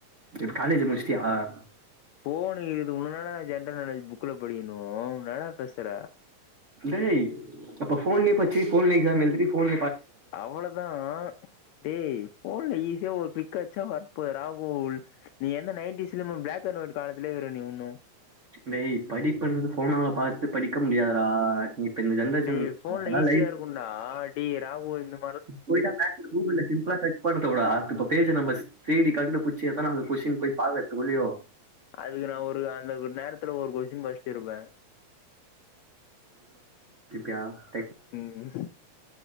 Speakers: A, on the right (about 75°); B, on the left (about 75°).
A: இப்ப காலேஜ் முடிச்சிட்டியா
B: ஃபோனு இதுக்கு முன்னால ஜென்ரல் நாலேஜ் புக்ல படிக்கணோ என்னடா பேசுற
A: டேய் அப்ப ஃபோன்லே படிச்சி ஃபோன் எக்ஸாம் எழுதி ஃபோன்
B: அவ்ளதான் டேய் ஃபோன்ல இதே ஒரு பிக் அட்ச்சா வர போதுடா ஓல் நீ என்ன நைன்டீஸ்ல இன்னமோ ப்ளாக் அண்ட் வொய்ட் காலத்துலயே இருக்க நீ இன்னோ
A: டேய் படிப்பது ஃபோனால பார்த்து படிக்க முடியாதுடா நீ இப்ப இந்த ஜென்ரேஷன்
B: டேய் ஃபோன்ல
A: அப்பெல்லாம்
B: ஈஸியா இருக்கும்டா டி ராகு இ
A: போய்தான் மேக்ஸ் கூகுள்ல சிம்பிளா சர்ச் பண்ணு தோழா இப்ப பேஜ் நம்ம தேடி கண்டுபிடிச்சு எத்துனாது கொஸ்டின் போய்ப்பா உல்லுயோ
B: அதுக்கு நான் ஒரு அந்த கு நேரத்துல ஒரு கொஸ்டின் படிச்சி படிச்சிருப்ப
A: யா
B: ம்